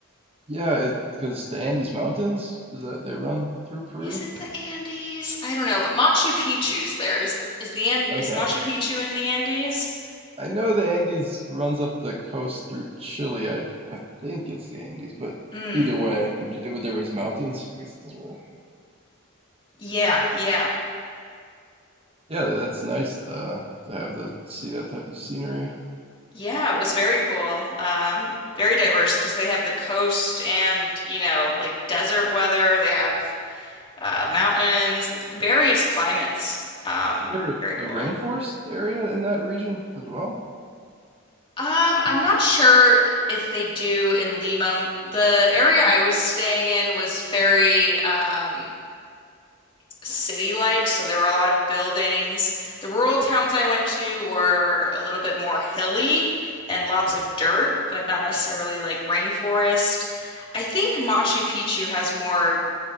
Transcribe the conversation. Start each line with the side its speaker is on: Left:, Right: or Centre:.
Right: Yeah, it because the Andes Mountains is that they run through Peru.
Left: Is it the Andes? I don't know, but Machu Picchu's there. Is is the An
Right: Okay.
Left: is Machu Picchu in the Andes?
Right: I know the Andes runs up the coast through Chile. I I think it's the Andes, but
Left: Mm,
Right: either way, I'm, j- it, there was mountains. I guess it doesn't really.
Left: yeah, yeah.
Right: Yeah, tha- that's nice to, to have the see that type of scenery. Is
Left: Yeah, it was very cool. Um, very diverse because they have the coast and, you know, like desert weather. They have uh, mountains, various climates. Um,
Right: there
Left: very
Right: a
Left: cool.
Right: rainforest area in that region as well?
Left: Um, I'm not sure if they do in Lima. The area I was staying in was very um, city-like, so there were a lot of buildings. The rural towns I went to were a little bit more hilly and lots of dirt, but not necessarily like rainforest. I think Machu Picchu has more